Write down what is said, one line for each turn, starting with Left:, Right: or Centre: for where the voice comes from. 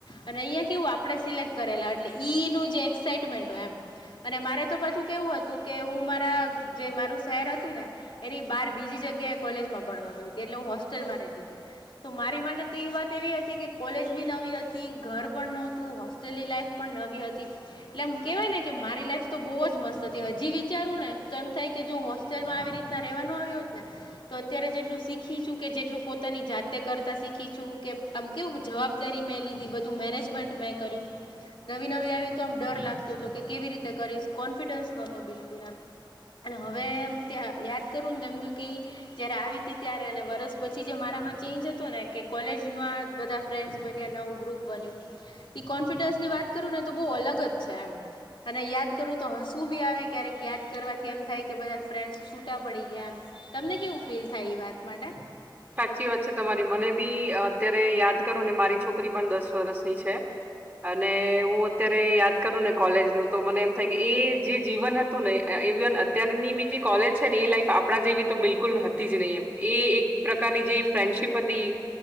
Left: અન અહિયાં કેવું આપડણે સિલેક્ટ કરેલા એટલે ઈ નું જે એક્સાઈમેન્ટ હોય એમ અને મારે તો પછું કેવું હતું કે હું મા હ જે મારું શહેર હતું ને એની બાર બીજી જગ્યાએ કોલેજ માં ભણવા ગઈ હતી એટલે હું હોસ્ટેલમાં રેતી તી તો મારી માટે તો એ વાત એવી હતી કે કોલેજ બી નવી હતી ઘર પણ નોતું હો હોસ્તેલ ની લાઈફ પણ નવી હતી એટલે આમ કેહેવાય ને કે મારી લાઈફ તો બહુ જ મસ્ત હતી હજી વિચારું ને તો એમ થાય કે જો હોસ્તેલમાં આવી રીતના રેવાનું આવ્યું હોત ને તો અત્યારે જેટલું શીખીશું કે જેટલું પોતાની જાતે કરતા શીખી છું કેમ આમ કેવું જવાબદારી મેં લીધી બધું મેરેજમેન્ટ મેં કર્યું નવી નવી આવી તો આમ ડર લાગતો તો કે કેવી રીતે કરીશ કોન્ફિડન્સ નહતો બિલકુલ એમ અને હવે એમ તં યાદ કરું ને એમ તો કેઈ જયારે આવી ત ત્યારે અને વરસ પછી જે મારા માં ચેન્જ હતો ને કે કોલેજમાં બધા ફ્રેન્ડ્સ બન્યા નવું ગ્રુપ બન્યું એ કોન્ફિડન્સની વાત કરું ને તો બહુ અલગ જ છે એમ. અને યાદ કરવું તો હસવું બી આવે ક્યારેક યાદ કરવા એમ થાય કે બધા ફ્રેન્ડસ છૂટા પડી ગયા એ તમને કેવું ફીલ થાય એ વાત માટે?
Right: સાચી વાત છે તમારી મને બી અત્યારે યાદ કરું ને મારી છોકરી પણ દસ વર્ષની છે. અને હું અત્યારે યાદ કરું ને કોલેજનું તો મને એમ થાય કે એ જે જીવન હતું નઈ અત્યની બી જે કોલેજ છે ને એ લાઈફ આપણા જેવી તો બિલકુલ હતી જ નહી. એમ એ એક પ્રકારની જે ફ્રેન્ડશીપ હતી